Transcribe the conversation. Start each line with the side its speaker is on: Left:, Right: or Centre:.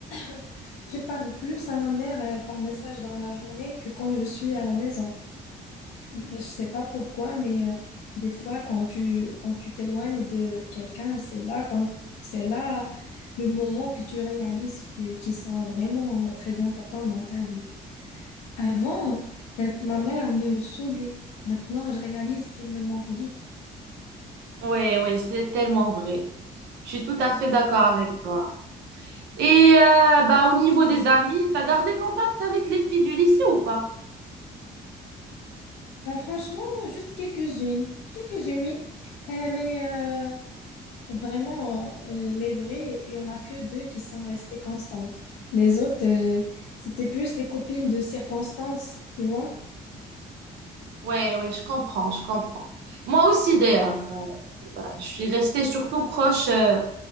Left: <laughs> je parle plus à ma mère euh, par message dans la journée que quand je suis à la maison. Je sais pas pourquoi, mais euh, des fois, quand tu quand tu t'éloignes de quelqu'un, c'est là quand c'est là le moment que tu réalises que qu'ils sont vraiment très importants dans ta vie. Avant, euh, ma mère me saoulait. Maintenant, je réalise qu'elle me manque vite.
Right: Ouais, ouais, c'est tellement vrai. Je suis tout à fait d'accord avec toi. Et euh, bah, au niveau des amis, t'as gardé contact avec les filles du lycée ou pas?
Left: Bah, franchement, juste quelques-unes, quelques-unes, oui. Euh, mais euh, Vraiment, euh, les vrais, il y en a que deux qui sont restées constantes. Les autres, euh, c'était plus des copines de circonstances, tu vois.
Right: Ouais, ouais, je comprends, je comprends. Moi aussi, d'ailleurs, euh, bah, je suis restée surtout proche euh,